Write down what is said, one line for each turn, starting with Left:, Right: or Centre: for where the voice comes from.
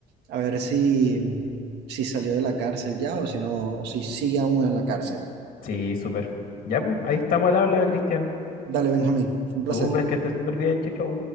Right: A ver si, si salió de la cárcel ya o si no, o si sigue aún en la cárcel.
Left: Sí, súper. Ya, pues, ahí estamos al habla, Cristian.
Right: Dale, Benjamín, fue un placer.
Left: Súper, que estés súper bien, chau, chau.